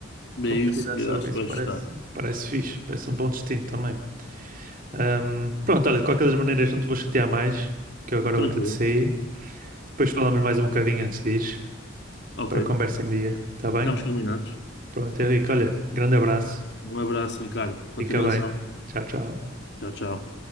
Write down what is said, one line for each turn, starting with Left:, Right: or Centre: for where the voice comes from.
Left: É
Right: Vou
Left: isso
Right: pesquisar
Left: que
Right: sobre
Left: eu acho
Right: isso,
Left: que vais
Right: parece,
Left: gostar.
Right: parece fixe, parece um bom destino também. Ahm, pronto, olha, de qualquer das maneiras não te vou chatear mais, que eu agora
Left: Tranquilo.
Right: vou ter de sair. Depois falamos mais um bocadinho antes de ires,
Left: Ok.
Right: para a conversa em dia, tá bem?
Left: Ficamos combinados.
Right: Pronto, Henrique, olha, grande abraço,
Left: Um abraço, Ricardo. Continuação.
Right: fica bem, tchau, tchau.
Left: Tchau, tchau.